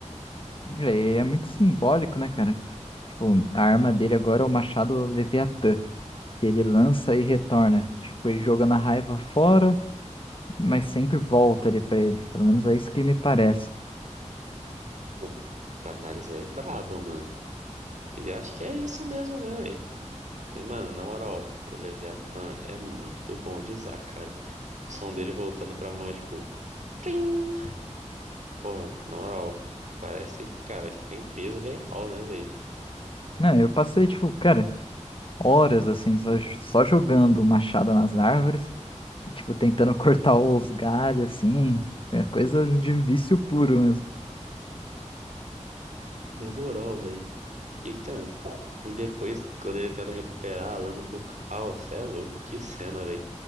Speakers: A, on the left; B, on the right.
A: E aí é muito simbólico, né, cara? Tipo, a arma dele agora é o machado Leviatã. que Ele lança e retorna. Tipo, ele joga na raiva fora, mas sempre volta ali pra ele. Pelo menos é isso que me parece.
B: Pô, essa análise é braba, mano. E acho que é isso mesmo, né, véi? Mano, na moral, o Leviathan é muito bom de usar, cara. O som dele voltando pra mão é tipo. Trim! Porra, na moral, parece, cara, que tem peso real, né, velho?
A: Não, eu passei, tipo, cara. horas assim, só, jo- só jogando machado nas árvores, e, tipo, tentando <laughs> cortar os galhos, assim, é coisa de vício puro mesmo.
B: Na moral, velho. E, cara, depois, quando ele tenta recuperar a lâmina do caos, cê é louco, que cena, velho.